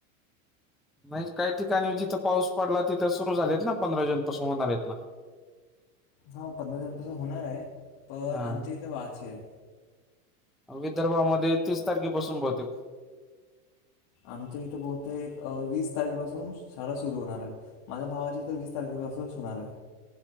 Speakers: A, in the centre; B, on the left.
A: नाही काही ठिकाणी जिथं पाऊस पडला तिथं सुरू झालेत ना पंधरा जून पासून होणारेत ना. <unintelligible>
B: हो, पंधरा जून पासून होणार हाय पण
A: हा
B: आमच्या इथे व्हा ची हाय.
A: विदर्भामध्ये तीस तारखेपासून बहुतेक.
B: आमच्या इथं बहुतेक अं वीस तारखेपासून शाळा सुरु होणार हाय माझ्या भावाची तर वीस तारखे पासून स होणार हाय.